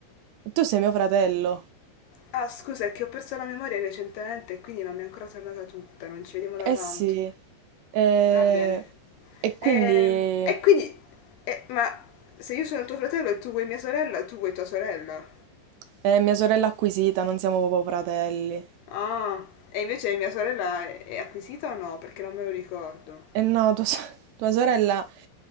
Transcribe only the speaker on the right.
Tu sei mio fratello.
Eh
sì. Eh,
e quindi
è mia sorella acquisita, non siamo proprio fratelli.
E no, tua, so- tua sorella